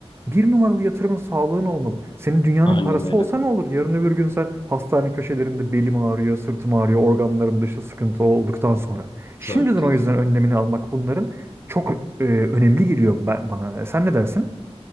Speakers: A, on the right; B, on the left.
A: bir numaralı yatırımın sağlığın olmalı. Senin dünyanın
B: Aynen
A: parası
B: öyle.
A: olsa ne olur? Yarın öbür gün sen hastane köşelerinde belim ağrıyor, sırtım ağrıyor, organlarımda işte sıkıntı olduktan sonra. Şimdiden
B: Tabii ki
A: o
B: de.
A: yüzden önlemini almak bunların çok e, önemli geliyor ben, bana. E, Sen ne dersin?